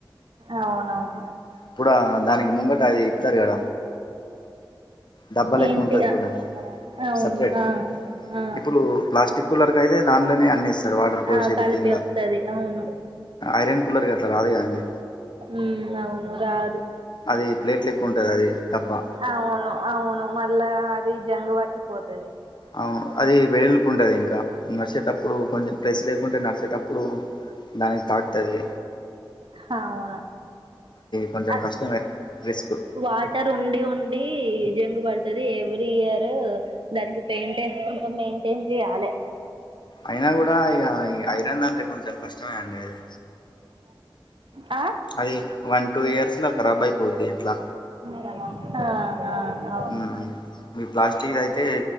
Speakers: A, on the right; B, on the left.
A: అవునవును
B: ఇప్పుడు దానికి ముంగట అది ఇస్తారు కద డబ్బ లెక్క
A: ఏంటి
B: ఉంటది
A: ఆ,
B: చూడండి
A: అవును
B: సపరేట్
A: ఆ ఆ
B: ఇప్పుడు ప్లాస్టిక్ కులర్ అయితే దాంలోనే అన్నిస్తాడు వాటర్ పోషేది
A: ఆ కలిపి
B: కింద
A: వస్తది అవును
B: ఐరన్ కూలర్ గట్ల రాదుగా అండి
A: ఉమ్, అవును రాదు
B: అది ప్లేట్ల ఎక్కువ ఉంటంది అది డబ్బా
A: అవును అవును మళ్ళా అది జంగు పట్టిపోతుది
B: అవును అది వెలుల్పు ఉంటది ఇంకా న ఆప్పుడు కొంచెం ప్లేస్ లేకుంటే నడిచేటప్పుడు దానికి తాకుతుంది
A: హా అవునా
B: కొంచెం
A: ఆ
B: కష్టమే రిస్క్
A: వాటర్ ఉండి ఉండి జం గు పడుతది ఎవ్రీ ఇయర్ దానికి పెయింట్ వేసుకుంటా మెయింటైన్ చేయాలి
B: అయినా కూడా ఇగ ఐరన్ అంటే కొంచెం కష్టమే అండి అది
A: ఆ
B: అది వన్ టూ ఇయర్స్ ల కరాబ్ అయిపోద్ది ఎట్లా
A: ఆ ఆ అవును
B: మ్ మీ ప్లాస్టిక్ అయితే